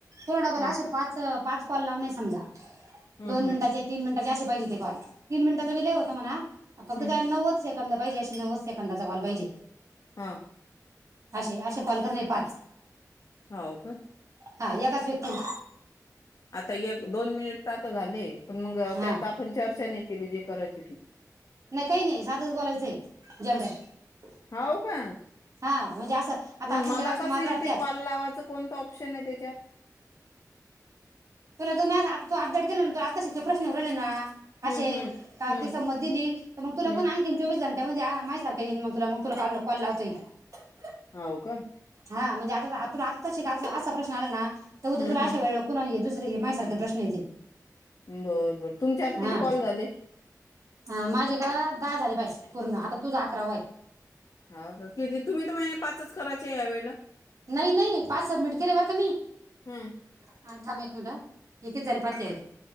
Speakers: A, on the right; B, on the left.
A: हो डबल
B: हम्म
A: असे पाच अ पाच कॉल लावने समजा
B: हम्म
A: दोन
B: हम्म
A: मिनिटाचे तीन मिनटाचे असे पाहिजे ते कॉल तीन मिनिटाच बी लय होत म्हणा आप फक्त
B: हम्म
A: त्या नवच शक कंद पाहिजे अशी नव्वद सेकंदाचा कॉल पाहिजे
B: हा
A: अशे अशे कॉल करणे पाच
B: हाव का
A: हा एकाच व्यक्तीला
B: आता एक दोन मिनिट तर आता झाले पण मग त्यात
A: हा
B: आपण चर्चा नाही केली जी करायची ती
A: नाही काही नाही साधच बोलायचंय जनरल
B: हाऊ का
A: हा म्हणजे असं आता
B: मग
A: आपण
B: मला
A: ज्या गप्पा
B: कस
A: मारणार
B: येईन ते
A: त्याच
B: कॉल लावाचं कोणतं ऑप्शन आहे तेच्यात
A: तुला जो मेसे आता तो अपडेट केला ना तो आत्ताशि ते प्रश्न येऊन राहिले ना
B: हम्म
A: अशे
B: हम्म हम्म
A: ती समत दिली तर मग तुला
B: हम्म
A: पण आणखीन चोवीस जण त्या म्हणजे आ माझ सारख येईन मग तुला मग तुला कॉल, कॉल लावता येईल
B: हाव का
A: हा म्हणजे आता तुला आत्ताशिक असा असा प्रश्न आला ना तर उद्या
B: हम्म
A: तुला अशे वेळेला कोण आहे दुस जरा ये माझ्यासारखं प्रश्न येतील
B: बर बर तुमचे आता
A: हा
B: किती कॉल झाले
A: हा, माझे का दहा झाले पूर्ण आता तुझ अकराव आहे
B: हो का किती तुम्ही तर म्हणे पाचच करायचे या वेळेला
A: नाही नाही पाच सबमिट केले बरं का मी
B: हम
A: हा, थांब एक मिंट ह हे किती झाले पाहते आहे